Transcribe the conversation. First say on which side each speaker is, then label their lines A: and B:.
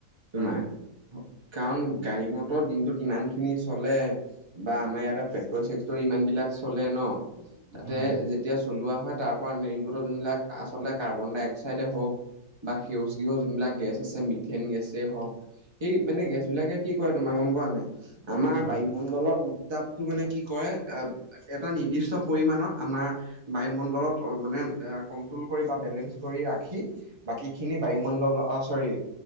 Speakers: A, on the right; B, on the right.
A: তোমাৰ।
B: হয়
A: কাৰণ, গাড়ী মটৰ দিনটোত ইমান খিনি চলে বা, আমাৰ ইয়াতে ফেক্টৰী চেক্টৰী ইমান বিলাক চলে ন' তাতে
B: হয়
A: যেতি তেতিয়া চলোৱা হয়, তাৰ পৰা নিৰ্গত যিবিলাক, আচলতে কাৰ্বন ডাই-অক্সাইডেই হওক বা সেউজ গৃহ যোনবিলাক গেছ আছে, মিথেন গেছেই হওক সেই মানে, গেছ বিলাকে কি কৰে তোমাৰ গম পোৱা নাই? আমাৰ
B: হয়
A: বায়ুমণ্ডলৰ উত্তাপটো মানে, কি কৰে এ এটা নিৰ্দিষ্ট পৰিমাণত আমাৰ বায়ুমণ্ডলত মানে এ কন্ট্ৰল কৰি বা বেলেঞ্চ কৰি ৰাখি, বাকী খিনি বায়ুমণ্ডল অ', চৰি